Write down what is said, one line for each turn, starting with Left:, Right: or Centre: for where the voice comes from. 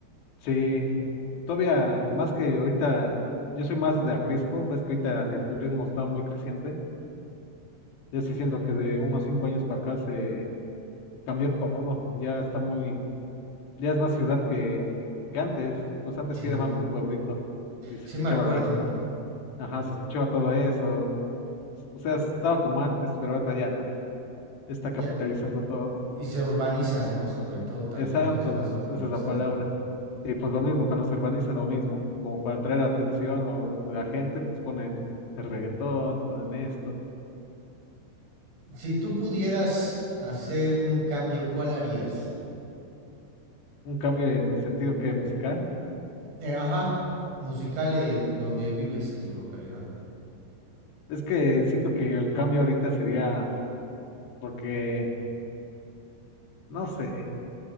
Left: sí, todavía más que ahorita, yo soy más de Acrisco, ves que ahorita el turismo está muy creciente. Yo sí siento que de unos cinco años para acá se Cambió todo, ya está muy, ya es más ciudad que, que antes, pues antes
Right: Sí,
Left: sí era más un pueblito y se
Right: sí
Left: escuchaba
Right: me acuerdo.
Left: las, ajá, se escuchaba todo eso, o sea, estaba como antes, pero ahorita ya está capitalizando
Right: Ya,
Left: todo,
Right: y se urbaniza, ¿no? Sobre todo también
Left: exacto,
Right: ya es más urbanizado.
Left: esa es la palabra. Y pues lo mismo, cuando se urbaniza lo mismo, como para atraer atención o la gente, pues ponen el reggaetón, ponen esto,
Right: Si tú pudieras hacer un cambio, ¿cuál harías?
Left: un cambio en sentido que musical.
Right: Eh, ajá, musical en donde vives, en tu localidad.
Left: Es que siento que el cambio ahorita sería porque, no sé.